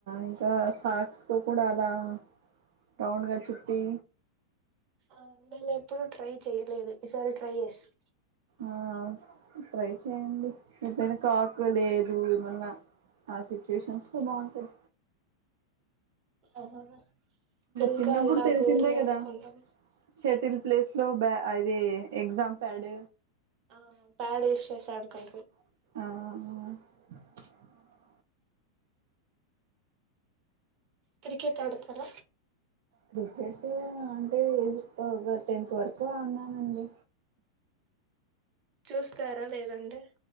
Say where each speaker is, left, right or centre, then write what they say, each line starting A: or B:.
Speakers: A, on the right (about 55°); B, on the right (about 35°).
A: ఇంకా సాక్స్ తో కూడా అలా టౌన్గా చుట్టి
B: ఆ అల ఎప్పుడుూ ట్రై చెయ్యలే ఈసారి ట్రై చేస్త
A: ఆ ట్రై చేయండి ఏపోయినా కాక్ లేదు ఏమన్నా ఆ సిచ్యుయేషన్స్ లో బాగుంటాయి
B: ఓహోహ ఇంకా
A: చిన్నప్పుడు
B: అలా
A: తెలిసిందే
B: గోరి
A: కదా
B: ఆడుకుండను
A: షటిల్ ప్లేస్ లో బ అదది ఎగ్జామ్ ప్యాడ్
B: ఆ ప్యాడ్ విస్రేస్ ఆడ్కం
A: హా
B: క్రికెట్ ఆడతార
A: క్రికెట్ అంటే టెన్క్ వరకు ఉన్నానండి
B: చూస్తారా లేదండి